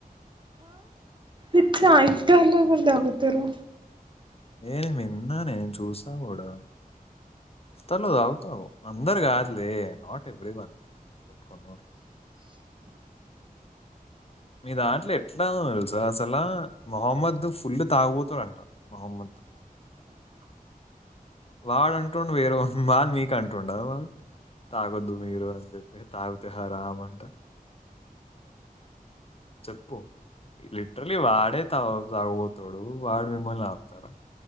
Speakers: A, on the right; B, on the left.
A: ఇచ్చ అయితే ఇఫ్తార్ లో తాగతరు
B: ఏ మన్న నేను చూసా కూడా ఇఫ్తార్ లో తాగుతరు అందరు కాదులే నాట్ ఎవ్రీ వన్ కొంత మంది మీ దాంట్లో ఎట్లా తెలుసా అసలా మొహమ్మద్ ఫుల్ తాగుబోతోడంట మొహమ్మద్ వాడు అంటుండు వేరే వాళ మీకు అంటుండ వాడు తాగొద్దు మీరు అని చెప్పి తాగుతే హ రామ్ అంట చెప్పు లిటరలీ వాడే తా తాగబోతోడు వాడు మిమ్మల్ని ఆపుతాడా